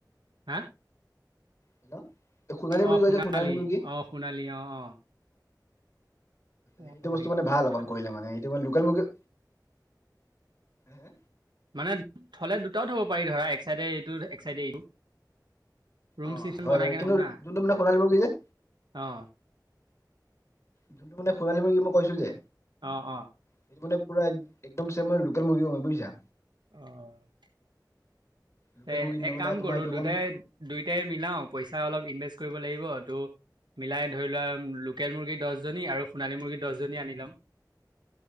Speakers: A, on the right; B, on the left.
A: হা?
B: হেল্ল'? এই সোণালী মুৰ্গী
A: অ' সোণালী
B: কয় যে মুৰ্গী।
A: অ' সোণালী, অ', অ'। অ
B: সেইটো বস্তু মানে ভাল
A: কথা।
B: অকণ কৰিলে, মানে সেইটো মা লোকেল মুৰ্গী হে?
A: মানে থলে দুটাও থ'ব পাৰি ধৰা এক চাইডে এইটো এক চাইডে এইটো। ৰুম
B: অ'
A: চিষ্টেম
B: হয়
A: বনাই
B: বাৰু
A: কেনে
B: কিন্তু
A: থম না
B: যোনটো মানে সোণালী মুৰ্গী যে।
A: অ
B: যোনটো মানে সোণালী বুলি মই কৈছোঁ যে
A: অ', অ'।
B: সেইটো মানে পু একদমান লোকেল মুৰ্গী বুজিছা?
A: অ'।
B: লোকেল
A: এ,
B: মুৰ্গী তাৰমানে
A: এক কাম
B: তোমাৰ
A: কৰো
B: এইটো
A: দুটাই
B: অকণ
A: দুইটাই মিলাও পইচা অলপ ইনভেষ্ট কৰিব লাগিব ত' মিলাই ধৰি লোৱা লোকেল মুৰ্গী দহজনী আৰু সোণালী মুৰ্গী দহজনী আনি ল'ম।